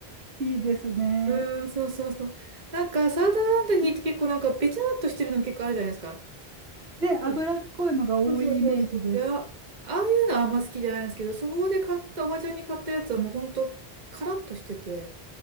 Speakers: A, on the right; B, on the right.
A: いいですね。
B: うーん、そうそうそう。なんかサーダーアンダギーって結構なんかべちゃーっとしてるの結構あるじゃないですか。
A: で脂っこいのが多いイメージです。
B: はいそうそうそうそう。いや、ああいうのはあんま好きじゃないんですけど、そこで買ったおばちゃんに買ったやつはもうほんとカラッとしてて